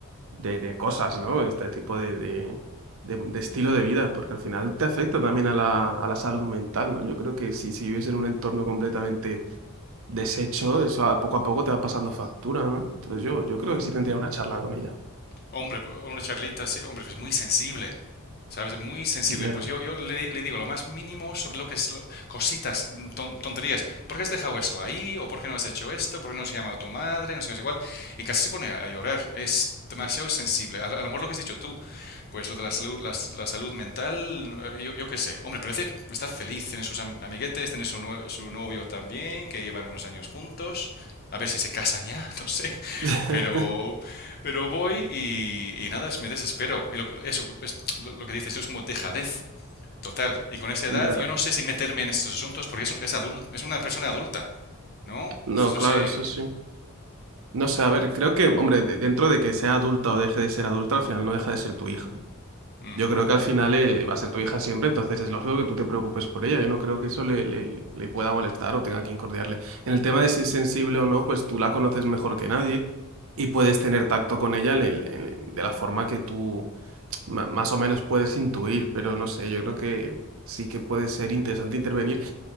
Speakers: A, on the right (about 65°); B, on the left (about 45°).
A: de, de cosas, ¿no? Este tipo de, de, de- de estilo de vida, porque al final te afecta también a la, a la salud mental, ¿no? Yo creo que si, si vives en un entorno completamente deshecho, eso a- poco a poco te va pasando factura, ¿no? Entonces yo, yo creo que sí tendría una charla con ella.
B: Hombre, pues, una charlita, sí, hombre, es muy sensible. ¿Sabes? Muy sensible.
A: Ya,
B: Pues yo, yo le, le digo lo más mínimo sobre lo que es lo- cositas, mm, ton- tonterías. ¿Por qué has dejado eso ahí? ¿O por qué no has hecho esto? ¿Por qué no has llamado a tu madre? No sé, no sé cuál. Y casi se pone a, a llorar. Es demasiado sensible. A, lo a lo mejor lo que has dicho tú, pues lo de la salud, la, s- la salud mental, eh, yo, yo qué sé. Hombre, parece, está feliz, tiene sus am- amiguetes, tiene su, nue- su novio también, que llevan unos años juntos. A ver si se casan ya, <laughs> no sé.
A: <laughs>
B: Pero, pero voy y, y nada, es- me desespero. Y lo, que- eso, es lo, lo que dices tú es como dejadez total. Y con esa
A: ya.
B: edad yo no sé si meterme en estos asuntos porque es, un- es, adul- es una persona adulta, ¿no?
A: No,
B: Entonces no
A: claro,
B: sé...
A: eso sí. No sé, a ver, creo que, hombre, de- dentro de que sea adulta o deje de ser adulta, al final no deja de ser tu hija.
B: mm,
A: Yo creo que al final eh, va a ser tu hija siempre, entonces es lógico que tú te preocupes por ella. Yo no creo que eso le, le- le- le pueda molestar o tenga que incordiarle. En el tema de si es sensible o no, pues tú la conoces mejor que nadie y puedes tener tacto con ella en el- en el- de la forma que tú ma- más o menos puedes intuir, pero no sé, yo creo que sí que puede ser interesante intervenir.